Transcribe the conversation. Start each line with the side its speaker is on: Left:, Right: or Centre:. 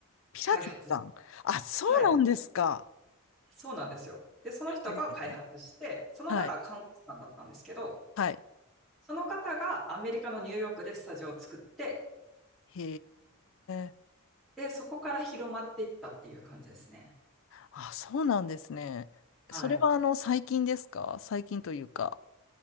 Left: ピラティスさん。
Centre: 開発した
Left: あ、そうなんですか。
Centre: はい、そうなんですよ。で、その人が開発して、
Left: へえ
Centre: その方は看護師さんだったんですけど、
Left: はい。はい。
Centre: その方がアメリカのニューヨークでスタジオを作って、
Left: へえ。
Centre: で、そこから広まっていったっていう感じですね。
Left: あ、そうなんですね。
Centre: はい。
Left: それはあの、最近ですか最近というか、